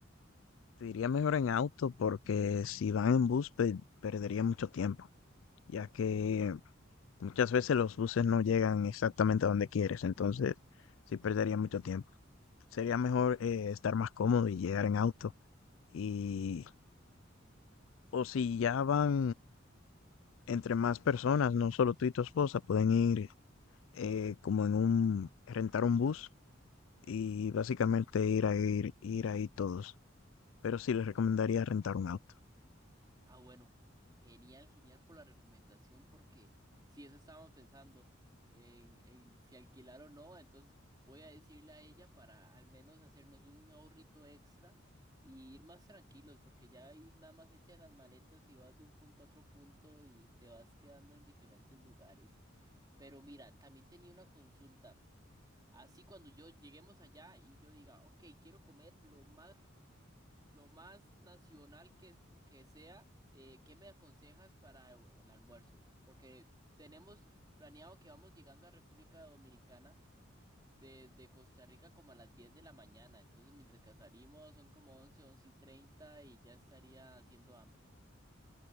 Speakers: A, on the left; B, on the right.
A: te iría mejor en auto porque si van en bus pe- perdería mucho tiempo, ya que muchas veces los buses no llegan exactamente a donde quieres, entonces sí perdería mucho tiempo. Sería mejor eh, estar más cómodo y llegar en auto. Y, o si ya van entre más personas, no solo tú y tu esposa, pueden ir eh, como en un, rentar un bus y básicamente ir a ir, ir ahí todos. Pero sí les recomendaría rentar un auto.
B: Ah, bueno, genial, genial por la recomendación, porque si eso estábamos pensando en, en si alquilar o no, entonces voy a decirle a ella para al menos hacernos un ahorrito extra y ir más tranquilos, porque ya ahí nada más echa las maletas y vas de un punto a otro punto y te vas quedando en diferentes lugares. Pero mira, también tenía una consulta. Así cuando yo lleguemos allá y yo diga, ok, quiero comer lo más lo más nacional que, fu- que sea, eh, ¿qué me aconsejas para el el almuerzo? Porque tenemos planeado que vamos llegando a República Dominicana desde Costa Rica como a las 10 de la mañana. Entonces, mientras que salimos son como once once y 30 y ya estaría haciendo hambre.